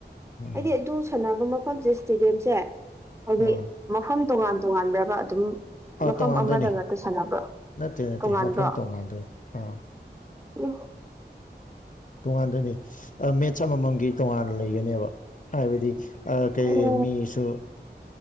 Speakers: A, on the left; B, on the right.
A: ꯎꯝ
B: ꯑꯩꯗꯤ ꯑꯗꯨ ꯁꯥꯟꯅꯕ ꯃꯐꯝꯁꯦ ꯏꯁꯇꯦꯗꯤꯌꯝꯁꯦ ꯍꯥꯏꯗꯤ
A: ꯑꯥ
B: ꯃꯐꯝ ꯇꯣꯉꯥꯟ ꯇꯣꯉꯥꯟꯕꯒ ꯑꯗꯨꯝ
A: ꯑꯥ
B: ꯃꯐꯝ
A: ꯇꯣꯉꯥꯟꯗꯣꯏꯅꯤ
B: ꯑꯃꯗ ꯉꯥꯛꯇ ꯁꯥꯟꯅꯕꯣ
A: ꯅꯠꯇꯦ ꯅꯠꯇꯦ
B: ꯇꯣꯉꯥꯟꯕ꯭ꯔꯣ
A: ꯃꯐꯝ ꯇꯣꯉꯥꯟꯗꯣꯏꯅꯤ ꯑꯥ
B: ꯎ
A: ꯇꯣꯉꯥꯟꯗꯣꯏꯅꯤ ꯃꯦꯠꯁ ꯑꯃꯃꯝꯒꯤ ꯇꯣꯉꯥꯟꯅ ꯂꯩꯒꯅꯦꯕ ꯍꯥꯏꯕꯗꯤ ꯀꯩ
B: ꯑꯣ
A: ꯃꯤꯁꯨ